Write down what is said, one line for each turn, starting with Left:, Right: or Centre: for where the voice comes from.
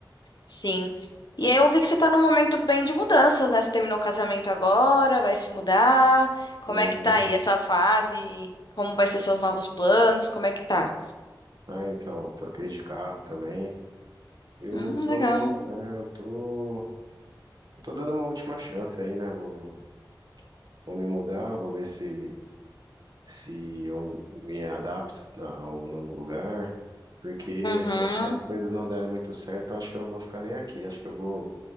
Left: Sim. E aí eu vi que você tá num momento bem de mudanças, né? Você terminou o casamento agora, vai se mudar. Como
Right: Uhum.
Left: é que tá aí essa fase? Como vai ser seus novos planos? Como é que tá?
Right: Ah, então, eu troquei de carro também. Eu
Left: Hum,
Right: tô,
Left: legal.
Right: é, eu tô, eu tô dando uma última chance aí, né? Vou, vou me mudar, vou ver se se eu me adapto na- ao novo lugar, porque
Left: Uhum.
Right: se as coisas não derem muito certo, eu acho que eu não vou ficar nem aqui. Acho que eu vou